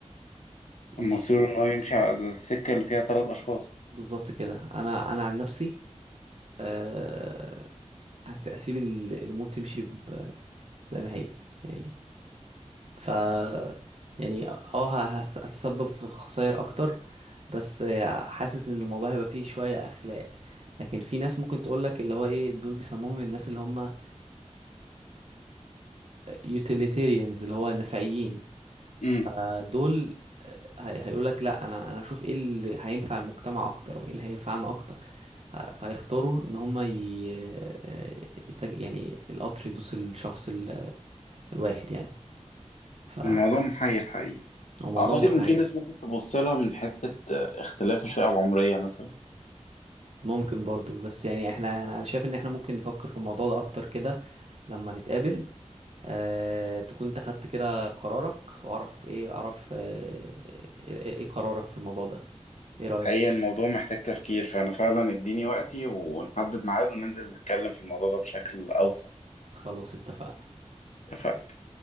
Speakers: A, on the right; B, on the left.
A: يمشي
B: مصيره ان هو يمشي على السكة اللي فيها ثلاث اشخاص
A: بالظبط كده انا انا عن نفسي اه، هس- هسيب ال- الامور تمشي ب- زي ما هي يعني ف يعني اه ه- هس- هتسبب في خسائر اكتر بس حاسس ان الموضوع هيبقى فيه شوية اخلاق لكن في ناس ممكن تقولك اللي هو ايه دول بيسموهم الناس اللي هم يوتيليتيريانز اللي هو النفعيين
B: امم
A: فدول آه، هي- هيقولك لا انا انا اشوف ايه اللي هينفع المجتمع اكتر وايه اللي هينفعنا اكتر ه- فهيختاروا ان هم ي... آه، يتج... يعني القطر يدوس الشخص ال- الواحد يعني ف
B: الموضوع محير حقيقي
A: هو موضوع
B: اعتقد
A: محير
B: ان في ناس ممكن تبص لها من حتة آه، اختلاف الفئة العمرية مثلا
A: ممكن برضو بس يعني احنا انا أنا شايف ان احنا ممكن نفكر في الموضوع ده اكتر كده لما نتقابل آه، تكون انت خدت كده قرارك واعرف ايه اعرف آه، ايه إيه قرارك في الموضوع ده ايه رأيك
B: حقيقة الموضوع محتاج تفكير فأنا فعلا اديني وقتي ونحدد ميعاد وننزل نتكلم في الموضوع ده بشكل أوسع
A: خلاص اتفقنا
B: اتفقنا